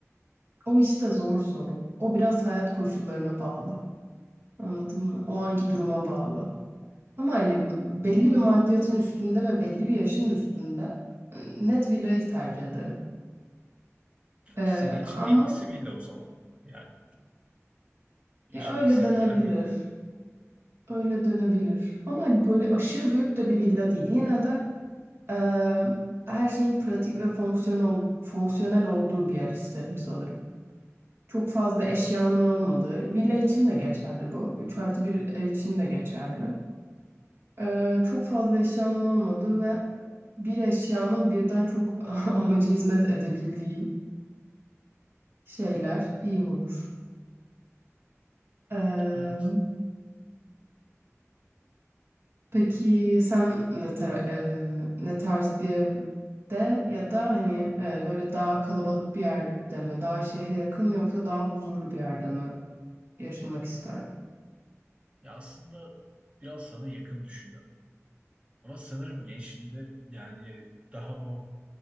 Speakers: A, on the right; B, on the right.
A: O işte zor soru. O biraz hayat koşullarına bağlı. Anladın mı? O anki duruma bağlı. Ama hani belli bir maddiyatın üstünde ve belli bir yaşın üstünde e, net villayı tercih ederim. Ee,
B: Senin için
A: ama
B: en iyisi villa o zaman. Yani yaşamak
A: ya öyle
B: istediğin
A: denebilir.
B: yer villa.
A: Öyle denebilir. Ama hani böyle aşırı büyük de bir villa değil. Yine de e, her şeyin pratik ve fonksiyonel, fonksiyonel olduğu bir yer isterim sanırım. Çok fazla eşyanın olmadığı. Villa için de geçerli bu. 3 artı bir ev için de geçerli. Ee, çok fazla eşyanın olmadığı ve bir eşyanın birden çok <laughs> amacı hizmet edebildiği şeyler
B: <laughs>
A: iyi olur. Ee,
B: Evet.
A: peki sen ne, tar- e, ne tarz bir evde ya da hani e, böyle daha kalabalık bir yerde mi, daha şehre yakın mı yoksa daha huzurlu bir yerde mi yaşamak isterdin?
B: Ya aslında biraz sana yakın düşünüyorum. Ama sanırım gençliğinde yani daha o